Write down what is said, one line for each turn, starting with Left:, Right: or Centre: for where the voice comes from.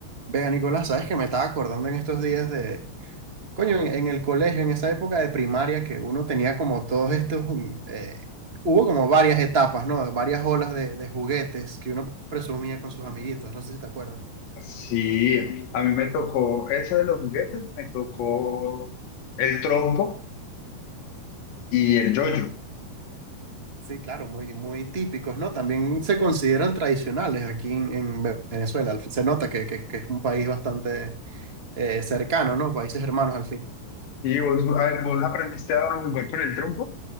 Right: Vega, Nicolás, sabes que me estaba acordando en estos días de, coño, en, en el colegio, en esa época de primaria que uno tenía como todos estos, mm, eh, hubo como varias etapas, ¿no? Varias olas de, de juguetes que uno presumía con sus amiguitos, no sé si te acuerdas.
Left: Sí, a mí me tocó, ese de los juguetes, me tocó el trompo y el yoyo.
Right: Sí, claro, muy, muy típicos, ¿no? También se consideran tradicionales aquí en, en Ve- Venezuela. Se nota que, que- que es un país bastante eh, cercano, ¿no? Países hermanos al fin.
Left: Sí, vos, a- vos aprendiste a jugar con el trompo.